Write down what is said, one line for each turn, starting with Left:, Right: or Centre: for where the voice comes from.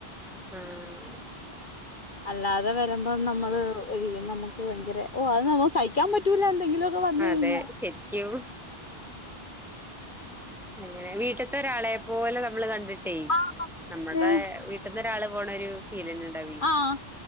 Centre: ആഹ്
Left: അല്ലാതെ വരുമ്പോ നമ്മള് ഒരിക്കും നമുക്ക് ഭയങ്കര ഓ അത് നമ്മു സഹിക്കാൻ പറ്റൂല്ല എന്തെങ്കിലും ക്കെ വന്ന് കഴിഞ്ഞ
Centre: അതെ ശരിക്കും അങ്ങനെ വീട്ടത്തെ ഒരാളെ പോലെ നമ്മള് കണ്ടിട്ടേ
Left: ആ.
Centre: നമ്മുടെ
Left: ഏ
Centre: ടുത്ത് ഒരാള് പോണ ഒരു ഫീലന്നെ ഉണ്ടാവി
Left: ആഹ്